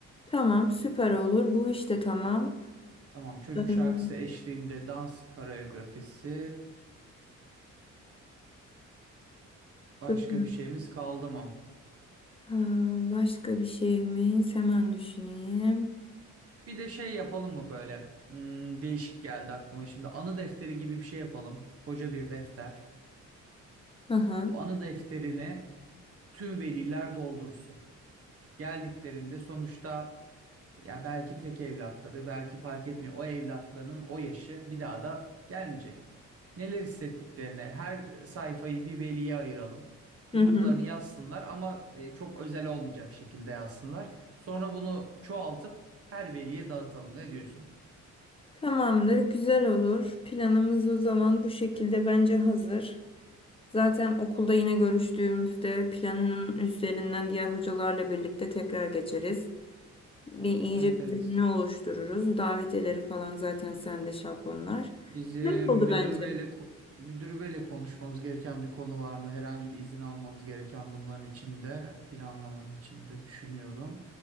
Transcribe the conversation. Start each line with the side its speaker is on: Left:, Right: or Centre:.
Left: Tamam, süper olur. Bu işte tamam.
Right: Tamam çocuk
Left: Ee,
Right: şarkısı eşliğinde dans koreografisi.
Left: süper.
Right: Başka bir şeyimiz kaldı mı?
Left: Ha, başka bir şeyimiz hemen düşüneyim.
Right: Bir de şey yapalım mı böyle? Hmm, değişik geldi aklıma şimdi. Anı defteri gibi bir şey yapalım. Koca bir defter.
Left: Hı hı.
Right: Bu anı defterini tüm veliler doldursun. Geldiklerinde sonuçta ya belki tek evlatları, belki fark etmiyor. O evlatlarının o yaşı bir daha da gelmeyecek. Neler hissettiklerini, her sayfayı bir veliye ayıralım. Duygularını
Left: Hı hı.
Right: yazsınlar ama e, çok özel olmayacak şekilde yazsınlar. Sonra bunu çoğaltıp her veliye dağıtalım. Ne diyorsun?
Left: Tamamdır, güzel olur. Planımız o zaman bu şekilde bence hazır. Zaten okulda yine görüştüğümüzde planın üzerinden diğer hocalarla birlikte tekrar geçeriz. Bir iyice
Right: Evet
Left: düzenini
Right: evet.
Left: oluştururuz. Davetiyeleri falan zaten sende şablonlar.
Right: Bizim
Left: Güzel oldu
Right: müdür
Left: bence.
Right: beyle müdür beyle konuşmamız gereken bir konu var mı? Herhangi bir izin almamız gereken bunların içinde, planlamanın içinde düşünüyorum.